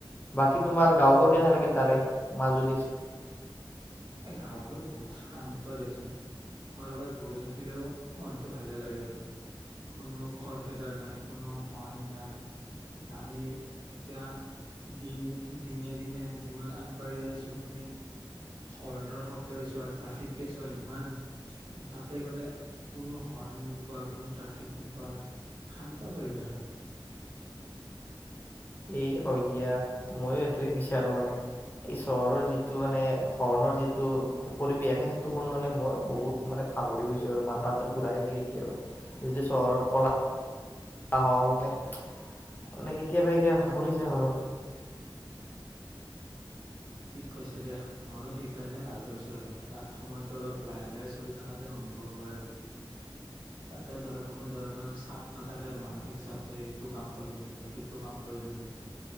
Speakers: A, on the left; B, on the right.
A: বাকী তোমাৰ গাঁওবোৰ কেনে লাগিল তাৰে মাজুলী।
B: এ গাঁওবোৰ বহুত শান্ত দিয়াচোন কৰ'বাত বহি থাকিলেও মনটো ভালে লাগে আৰু কোনো খৰখেদা নাই কোনো হৰ্ণ নাই এতিয়া আমি এতিয়া দিন দিনে দিনে যিমান আগবাঢ়ি আছোঁ তুমি। হৰ্ণৰ শব্দই চোৱা ট্ৰাফিকে চোৱা ইমান কিন্তু তাতে গ'লে কোনো হৰ্ণ নোপোৱা কোনো ট্ৰাফিক নোপোৱা শান্ত পৰিৱেশ আৰু
A: এই হয় দিয়া মইো সেইটোৱে বিচাৰো মানে এই চহৰৰ যিটো মানে হৰ্ণৰ যিটো পৰিৱেশ সেইটো শুনোানে মই বহুত মানে ভাগৰি গৈছো আৰু মাথা ঘুৰাই যায় কেতিয়াবা যিটো চহৰৰ কলা মানে কেতিয়াবা কেতিয়াবা ভাগৰি যাওঁ আৰু
B: ঠিক কৈছা দিয়া ময়ো সেইকাৰণে ভাল পাইছোঁ আৰু তাত সময়তটো অলপ লাহে লাহে চলি থকা যেন অনুভৱ হয় আৰু তাতে ধৰা কোনো ধৰণৰ চাপ নাথাকে আৰু মানসিক চাপ যে এইটো কাম কৰিব লাগিব সিটো কাম কৰিব লাগিব